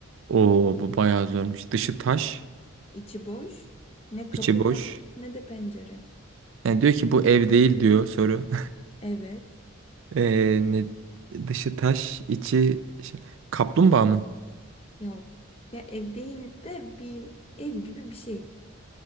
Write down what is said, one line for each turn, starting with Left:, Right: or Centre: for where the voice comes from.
Right: Oo bu bayağı zormuş. Dışı taş,
Left: İçi boş, ne kapı
Right: içi boş.
Left: var ne de pencere.
Right: Yani diyor ki bu ev değil diyor soru.
Left: Evet,
Right: Ee, ne, dışı taş, içi şey- kaplumbağa mı?
Left: yok. Ya ev değil de bir ev gibi bir şey.